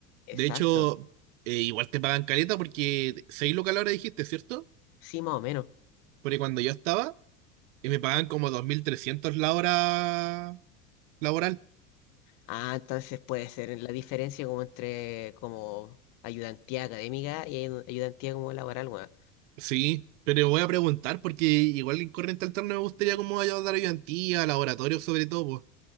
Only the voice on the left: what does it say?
Exacto.
Sí, más o menos.
Ah, entonces puede ser en la diferencia como entre como ayudantía académica y ayu- ayudantía como laboral, weón.